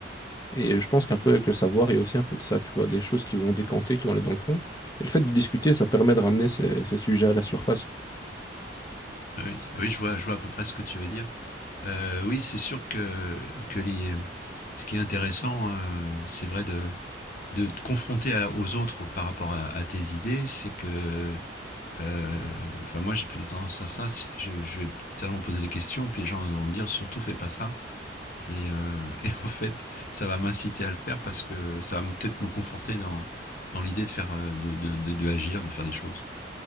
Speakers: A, on the left; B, on the left.
A: Et je pense qu'un peu avec le savoir, il y a aussi un peu de ça, tu vois, des choses qui vont décanter, qui vont aller dans le fond. Et le fait de discuter, ça permet de ramener ces, ces sujets à la surface.
B: Ah Oui, ah oui, je vois, je vois à peu près ce que tu veux dire. Euh, oui, c'est sûr que, que les, ce qui est intéressant, euh, c'est vrai de, de te confronter à- aux autres par rapport à, à tes idées, c'est que, euh, enfin moi j'ai plutôt tendance à ça, c'est- je, je vais certainement poser des questions, puis les gens vont me dire surtout fais pas ça, et, euh, <laughs> et en fait ça va m'inciter à le faire parce que ça va me- peut-être me conforter dans, dans l'idée de faire, euh, de, de, de, de agir, de faire des choses.